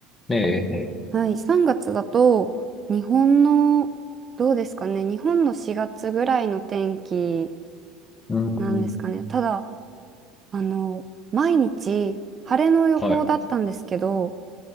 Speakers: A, on the left; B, on the right.
A: ええ、ええ。
B: はい、3月だと日本の、どうですかね、日本の4月ぐらいの天気
A: うーん。
B: なんですかね。ただ、あの、毎日晴れの予報だったんですけど、
A: はい。